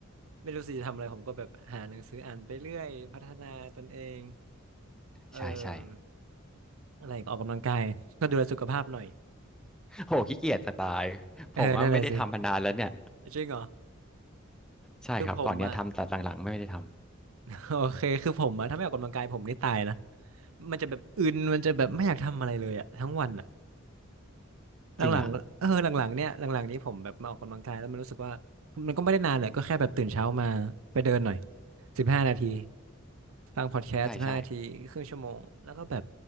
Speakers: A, on the right; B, in the centre.
A: ไม่รู้สิจะทำอะไรผมก็แบบหาหนังสืออ่านไปเรื่อยพัฒนาตนเองเออ
B: ใช่ใช่
A: อะไรอีกออกกำลังกาย <laughs> ก็ดูแลสุขภาพหน่อย
B: โหขี้เกียจจะตาย <laughs>
A: เออ
B: ผมว่าไม่ได้ทำมานานแล้วเนี่ย
A: <laughs> นั่นแหละสิจริงเหรอ
B: ใช่ครับก่อนเนี้ยทำแต่หลังๆไม่ได้ท
A: คือผมอ่ะ <laughs> โอเคคือผมอ่ะถ้าไม่ออกกำลังกายผมนี่ตายนะมันจะแบบอึนมันจะแบบไม่อยากทำอะไรเลยอ่ะทั้งวันอ่ะหลังๆเออหลังๆเนี่ยหลังๆนี้ผมแบบมาออกกำลังกายแล้วมันรู้สึกว่า
B: ำจริงอ่ะ
A: มันก็ไม่ได้นานเลยก็แค่แบบตื่นเช้ามาไปเดินหน่อยสิบห้านาที ฟังพอดแคสต์สิบห้านาทีครึ่งชั่วโมงแล้วก็แบบ
B: ใช่ใช่